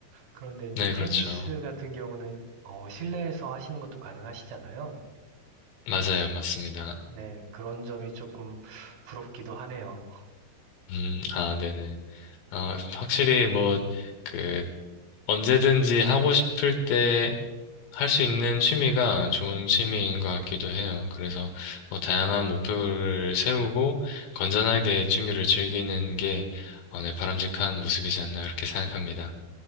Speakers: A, on the right; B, on the left.
A: 그런데 이제
B: 네,
A: 테니스
B: 그렇죠.
A: 같은 경우는 어, 실내에서 하시는 것도 가능하시잖아요.
B: 맞아요. 맞습니다.
A: 네, 그런 점이 조금 부럽기도 하네요.
B: 음, 아, 네네. 아, 확실히 뭐, 그, 언제든지 하고 싶을 때 할 수 있는 취미가 좋은 취미인 것 같기도 해요. 그래서 뭐 다양한 목표를 세우고 건전하게 취미를 즐기는 게 어, 네, 바람직한 모습이지 않나 그렇게 생각합니다.